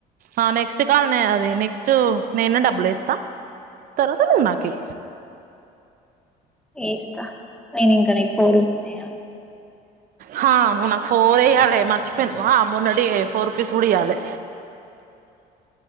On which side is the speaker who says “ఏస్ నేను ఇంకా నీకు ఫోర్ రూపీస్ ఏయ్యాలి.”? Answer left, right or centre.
Centre